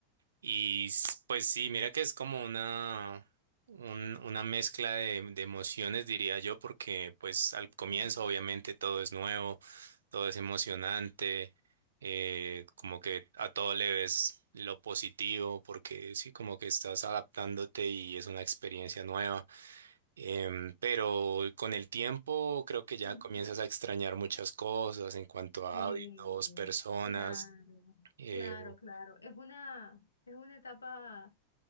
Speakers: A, on the right (about 65°); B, on the left (about 75°).
A: Y s- pues sí, mira que es como una, un- una mezcla de, de emociones, diría yo, porque pues al comienzo
B: sí.
A: obviamente todo es nuevo, todo es emocionante, eh, como que a todo le ves lo positivo, porque sí, como que estás adaptándote y es una experiencia nueva. Em, pero con el tiempo creo que ya
B: Ujú.
A: comienzas a extrañar muchas cosas en cuanto a
B: Sí,
A: hábitos, personas.
B: claro,
A: Eh,
B: claro, claro. Es una, es una etapa